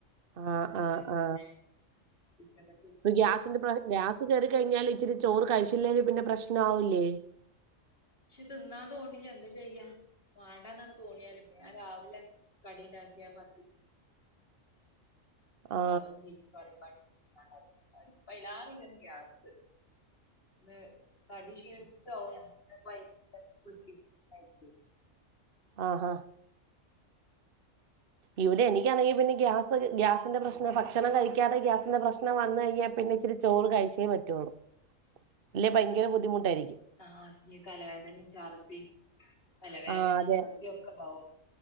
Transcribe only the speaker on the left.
ചോറ്
യ്ച്ചാ
നേരം ഉച്ചക്ക്
ക്ഷേ തിന്നാതോണില്ല എന്ത ചെയ്യ മണ്ടന്നങ്ങു തോന്നിയാല് ഞാൻ രാവിലെ കടിണ്ടാക്കിയാമത്
അതും ബീഫ് കറിപാടി ട്ടിങ്ങഇപ്പൊ എല്ലാര്ക് ഇ കേഗ്യസ് ന്ന് തടി ക്ഷീണിച്ചിട്ടാവ ഞമ്മ്ക്കങ്ങനെ <unintelligible> <inaudible>
ആ അതെനെ തലവേദനയും ചാർധിം തലവേദന
ചർദ്യക്കെണ്ടാവും